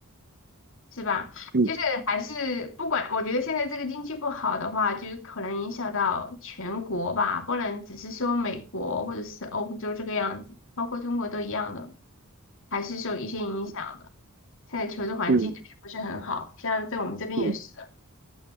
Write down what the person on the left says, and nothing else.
是吧？
就是还是不管，我觉得现在这个经济不好的话，就是可能影响到全国吧，不能只是说美国或者是欧洲这个样子，包括中国都一样的，还是受一些影响的。现在求职环境就是不是很好，
像在我们这边也是，